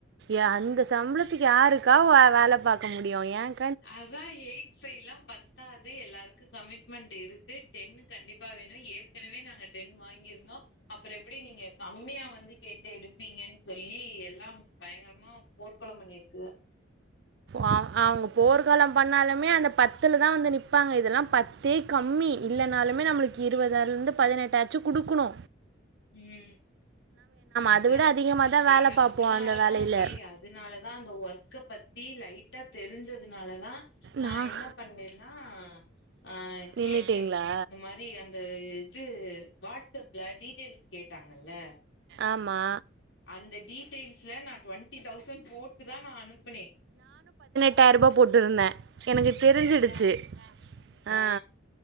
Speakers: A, on the right (about 60°); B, on the left (about 70°).
A: என் அந்த சம்பளத்துக்கு யாருக்கா வேல பாக்க முடியும் முடியோ ஏன்
B: அதான் எய்ட் ஃபைலாம் பத்தாது எல்லாருக்கும் கமிட்மெண்ட் ட் இருக்கு டென்னு கண்டிப்பா வேணும் ஏற்கனவே நாங்க டென் வாங்கிருந்தோம் அப் அப்பறம் எப்பிடி நீங்க கம்மியா வந்து கேட்டு எடுப்பீங்கென் சொல் சொல்லி எல்லாம் பயங்கரமா போர்க்களம் பண்ணிருக்கு
A: அவ் அவ்ங்க போர் களம் பண்ணாலுமே அந்த பத்துலதா வந்து நிப்பாங்க இதெல்லா பத்தே கம்மி இல்லனாலுமே நம்ப்ளுக்கு இருவதாலருந்து பதினெட்டாச்சும் குடுக்குணு
B: ம் அதா
A: அதை விட அதிகமாக தான்
B: ஏ
A: வேலை பார்ப்போம்
B: அதுனாலதா
A: அந்த வேலையில்
B: ஏய் அதுனாலதா அந்த ஒர்க் ஒர்க்க பத்தி லைட்டா தெரிஞ்சதுனாலதா நா
A: நான்
B: என்ன பண்னேன்னா அ
A: நின்றுட்டிங்களா
B: கேட்டே இந்த மாரி அந்த இது வாட்ஸ்அப்ல டீட்டெய்ல்ஸ் கேட்டாங்கல்ல
A: ஆமா
B: அந்த டீடெயில்ஸ்ல நா ட்வெண்ட்டி தௌசண் போட்டு தா நா அனுப்புனே
A: ட்டாயிரூவா போட்டுருந்தே எனக்கு தெரிஞ்சிடுச்சி
B: அதா ஆ
A: அ